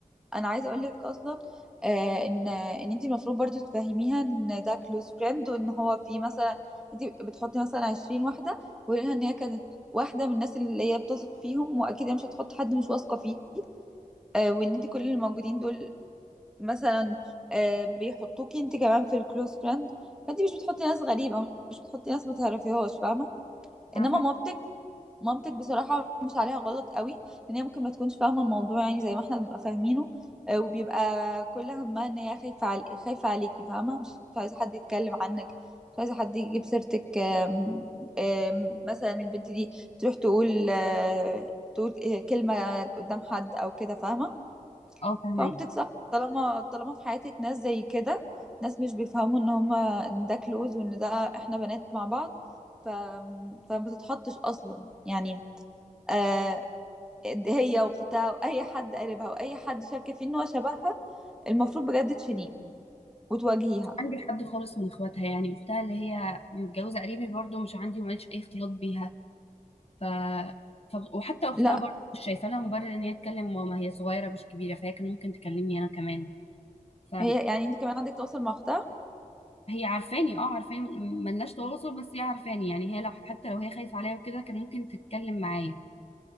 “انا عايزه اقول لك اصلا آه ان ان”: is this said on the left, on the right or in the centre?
Centre